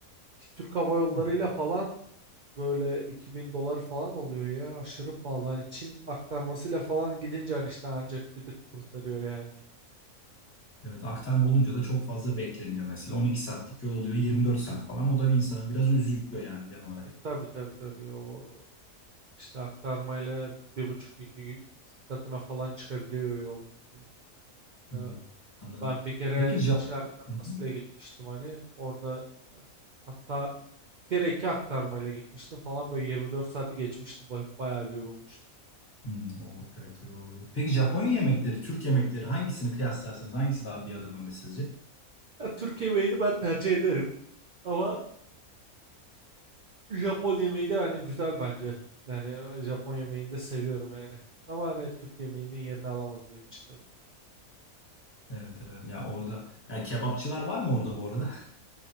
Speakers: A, on the right; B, on the left.
A: Ki Türk Hava Yolları'yla
B: Evet.
A: falan böyle 2000 dolar falan oluyor ya aşırı pahalı. Hani Çin aktarmasıyla falan gidince hani işte ancak bir tık kurtarıyor yani.
B: Evet, aktarma olunca da çok fazla bekleniyor mesela. 12 saatlik yol oluyor, 24 saat falan. O da bir insanı biraz üzüyor yani genel olarak.
A: E, tabii tabii tabii o İşte aktarmayla bir buçuk iki katına falan çıkabiliyor yol. Yani,
B: Hmm,
A: e,
B: anladım.
A: ben bir kere
B: Peki Jap
A: Çin aktarmasıyla
B: Hı hı.
A: gitmiştim hani orada yani hatta bir kere iki aktarmayla gitmiştim falan böyle 24 saati geçmişti Ba- bayağı bir yorulmuştum.
B: Hmm, o evet yorucu olabilir. Peki Japonya yemekleri, Türk yemekleri hangisini kıyaslarsanız hangisi daha bir adım önde sizce?
A: Ya, Türk yemeğini ben tercih ederim ama Japon yemeği de hani güzel bence. Yani e, Japon yemeğini de seviyorum yani. Ama hani Türk yemeğinin yerini alamaz benim için tabii.
B: Evet evet ya orada ya kebapçılar var mı orada bu arada? <laughs>